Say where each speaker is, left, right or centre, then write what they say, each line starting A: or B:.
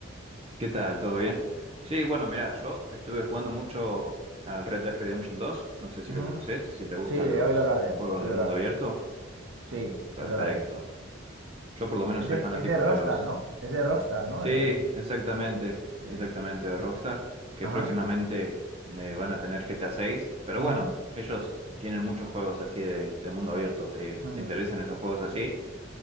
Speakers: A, on the right; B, on the right.
A: ¿Qué tal? ¿Todo bien? Sí, bueno, mirá, yo estuve jugando mucho al Red Dead Redemption 2, no sé si
B: Ujú.
A: lo conoces, si te gustan
B: Sí, he
A: los,
B: oído hablar de
A: los
B: él.
A: juegos
B: He oído
A: de
B: hablar
A: mundo abierto,
B: de él. Sí,
A: perfecto.
B: he oído hablar de él.
A: Yo por lo menos
B: Es
A: soy
B: de,
A: fanático
B: es de Rockstar,
A: de los...
B: ¿no? Es de Rockstar, ¿no?
A: Sí,
B: El- el-
A: exactamente,
B: eh,
A: exactamente, de Rockstar, que
B: Ajá.
A: próximamente eh, van a tener GTA 6, pero
B: Ujú,
A: bueno, ellos tienen muchos juegos así de, de mundo abierto, ¿te,
B: ujú.
A: te interesan estos juegos así?